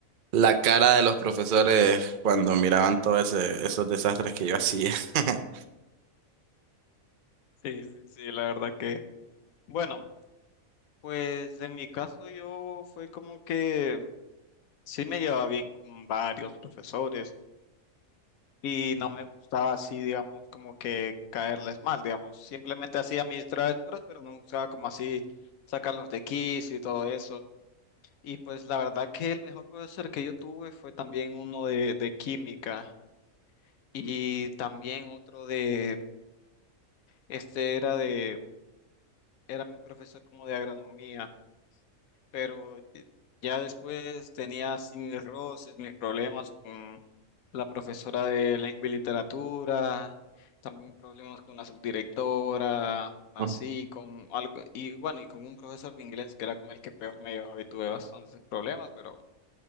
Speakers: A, on the right (about 60°); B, on the left (about 85°).
A: La cara de los profesores cuando miraban todos esos desastres que yo hacía. <laughs>
B: Sí, sí, sí, la verdad que. Bueno, pues en mi caso yo fue como que Sí me llevaba bien con varios profesores y no me gustaba así, digamos, como que caerles mal, digamos. Simplemente hacía mis travesuras, pero no me gustaba como así sacarlos de quicio y todo eso. Y pues la verdad que el mejor profesor que yo tuve fue también uno de, de química y también otro de, este era de, era mi profesor como de agronomía. pero ya después tenía así mis roces, mis problemas con la profesora de lengua y literatura, también problemas con la subdirectora, así,
A: Ujú.
B: con algo, y bueno, y con un profesor de inglés que era con el que peor me llevaba y tuve bastantes problemas, pero